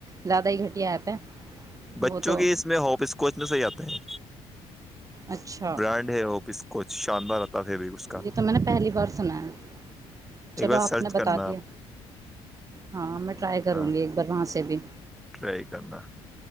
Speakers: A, on the right; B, in the centre.
A: زیادہ ہی گھٹیا ایپ ہے
B: بچوں
A: وہ تو
B: کی اس میں ہوپ اسکوچ میں صحیح آتے ہے
A: اچھا
B: برانڈ ہوپ اسکوچ شاندار آتا ہے فیبرک اس کا
A: یہ تو میں نے پہلی بار سنا ہے چلو
B: ایک بار
A: آپ
B: سرچ
A: نے بتا
B: کرنا
A: دیا
B: آپ
A: ہاں میں ٹرائی کروں
B: ہاں
A: گی ایک بار وہاں سے بھی
B: ٹرائی کرنا